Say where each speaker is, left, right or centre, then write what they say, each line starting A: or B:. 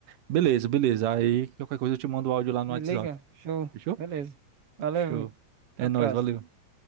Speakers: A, on the right; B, on the right.
A: Beleza, beleza. Aí qualquer coisa eu te mando o áudio lá no
B: Me
A: WhatsApp.
B: liga, show,
A: Fechou?
B: beleza. Valeu,
A: Show.
B: amigo. até
A: É
B: a
A: nóis,
B: próxima.
A: valeu.